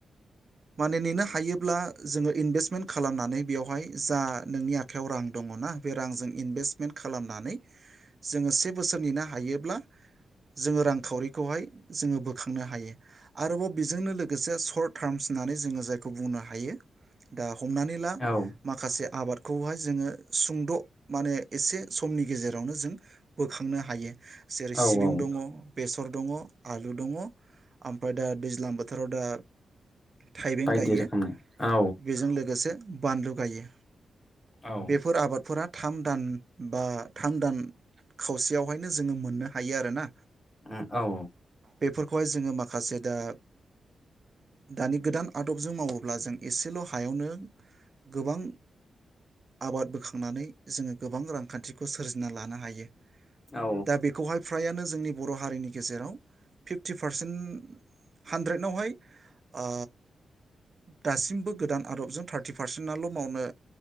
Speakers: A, on the right; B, on the left.
A: माने नेनो हायोब्ला जोङो इनभेस्टमेन्ट खालामनानै बेवहाय जा नोंनि आखायाव रां दङना बे रांजों इनभेस्टमेन्ट खालामनानै जोङो से बोसोर नेनो हायोब्ला जोङो रांखावरिखौहाय जोङो बोखांनो हायो आरोबाव बेजोंनो लोगोसे शर्ट टार्म्स होननानै जोङो जायखौ बुंनो हायो। दा हमनानै ला
B: औ
A: माखासे आबाद खौहाय जोङो सुंद' माने एसे समनि गेजे रावनो जों बोखांनो हायो। जेरै
B: औ
A: सिबिं
B: औ
A: दङ बे सर दङ आलु दङ ओमफ्राय दा दैज्लां बोथोराव दा थाइबें
B: बायदि
A: गायो
B: रोखोमनि औ
A: बेजों लोगोसे बानलु गायो।
B: औ
A: बेफोर आबादफोरा थाम दान बा थाम दान खावसेयावहायनो जोङो मोननो हायो आरोना।
B: ओ औ
A: बेफोरखौहाय जोङो माखासे दा दानि गोदान आदबजों मावोब्ला जों एसेल' हायावनो गोबां आबाद बोखांनानै जोङो गोबां रांखान्थि खौ सोरजिना लानो हायो।
B: औ
A: दा बेखौहाय फ्रायानो जोंनि बर' हारिनि गेजेराव फिफ्टि पारसेन हानद्रेदावहाय ओ दासिमबो गोदान आदबजों थार्टि पारसेटल' मावनो